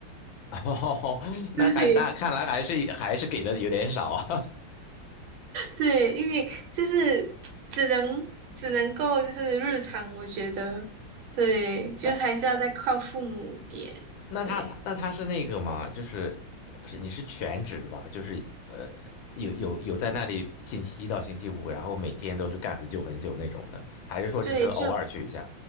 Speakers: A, on the left; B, on the right.
A: <laughs> 哦，那还那看来还是还是给的有点少啊。
B: 对 <laughs> 对，因为就是只能只能够就是日常，我觉得对，就还是要再靠父母点，
A: <laughs> 那他他那他是那个吗？
B: 对
A: 就是是你是全职吧？就是呃，有有有在那里星期一到星期五，然后每天都是干很久很久那种的，还是说只是偶尔去一下？
B: 对，就